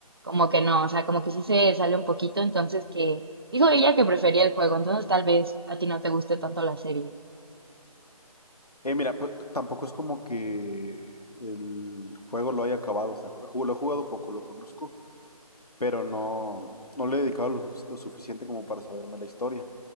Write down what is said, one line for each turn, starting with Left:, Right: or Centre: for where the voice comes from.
Right: como que no, o sea, como que sí se sale un poquito. Entonces que dijo ella que prefería el juego. Entonces tal vez a ti no te guste tanto la serie.
Left: Eh, mira, pues, t- tampoco es como que el juego lo haya acabado. O sea, ju- ju- lo he jugado poco, lo conozco, pero no, no le he dedicado lo, sufic- lo suficiente como para saberme la historia.